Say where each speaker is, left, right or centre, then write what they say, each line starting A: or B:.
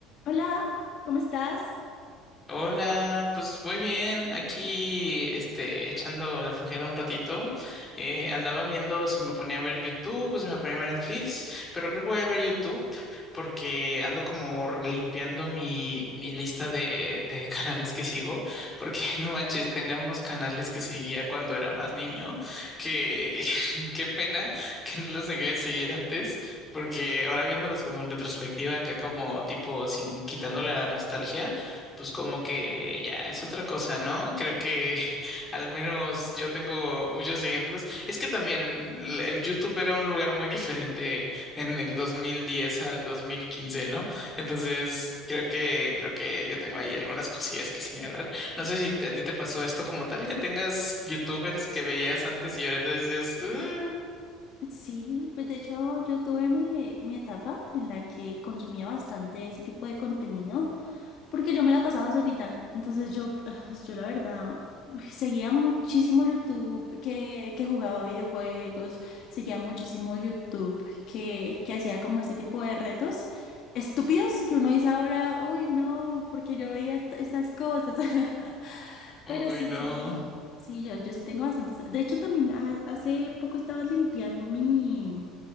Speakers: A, on the left; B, on the left.
A: Hola, ¿cómo estás?
B: Hola, pues muy bien, aquí este, echando la flojera un ratito. Eh, andaba viendo si me ponía a ver YouTube o si me ponía a ver Netflix, pero creo que voy a ver YouTube porque ando como limpiando mi, mi lista de, de <laughs> canales que sigo, porque <laughs> no manches, tenga unos canales que seguía cuando era más niño, que <laughs> qué pena que no los dejé de seguir antes. Porque ahora viéndolos como en retrospectiva, acá como tipo sin quitándole la nostalgia, pues como que ya es otra cosa, ¿no? Creo que <laughs> al menos yo tengo muchos ejemplos. Es que también l- el YouTube era un lugar muy diferente en el 2010 al 2015, ¿no? Entonces, creo que creo que yo tengo ahí algunas cosillas que señalar. No sé si te- a ti te pasó esto como tal, que tengas YouTubers que veías antes y ahora te dices, "Uh,
A: Sí, pues de hecho yo tuve mi, mi etapa en la que consumía bastante ese tipo de contenido. porque yo me la pasaba solita. Entonces yo, ah, yo la verdad, seguía muchísimo YouTube que, que jugaba videojuegos, seguía muchísimo YouTube que, que hacía como este tipo de retos estúpidos que uno dice ahora, uy, no, porque yo veía est- estas cosas. <laughs>
B: ay,
A: Pero sí,
B: no."
A: sí, sí. Sí, yo, yo sí tengo bastantes. De hecho, también ha- hace poco estaba limpiando mi